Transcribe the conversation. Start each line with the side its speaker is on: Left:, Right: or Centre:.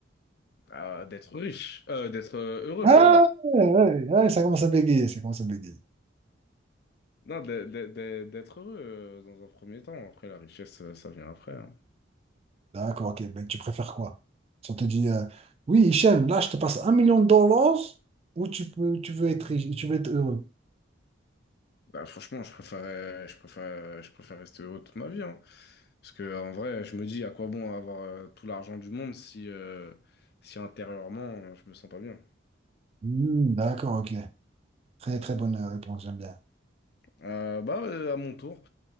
Left: Ah, d'être riche, Euh, d'être euh, heureux,
Right: Ah,
Left: pardon.
Right: ouais, ouais, ouais, ça commence à bégayer, ça commence à bégayer.
Left: Non, d'e- d'e- d'e- d'être heureux euh, dans un premier temps. Après, la richesse, euh, ça vient après. hein.
Right: D'accord, ok, ben, tu préfères quoi? Si on te dit, euh, oui, Hichem, là, je te passe un million de dollars ou tu peux, tu veux être riche, tu veux être heureux?
Left: Bah, franchement, je préfère, je préfère, je préfère rester heureux toute ma vie. hein. Parce que, en vrai, je me dis à quoi bon avoir euh, tout l'argent du monde si, euh, si intérieurement, euh, je me sens pas bien.
Right: Hmm, d'accord, ok. Très, très bonne euh, réponse, j'aime bien.
Left: Euh, bah, euh, à mon tour.